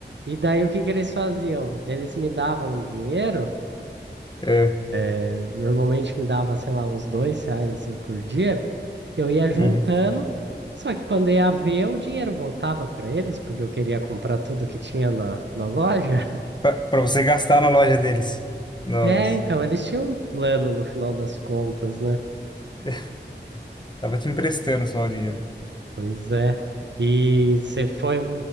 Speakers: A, on the right; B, on the left.
A: e daí o que que eles faziam? Eles me davam dinheiro,
B: É.
A: eh, normalmente me dava, sei lá, uns dois reais assim por dia. Eu ia juntando,
B: Uhum.
A: só que quando ia ver, o dinheiro voltava para eles porque eu queria comprar tudo que tinha na, na loja.
B: Pra, pra você gastar na loja deles. Nossa.
A: É, então, eles tinham um plano no final das contas, né?
B: <laughs> Tava te emprestando só o dinheiro.
A: Pois é. E você foi.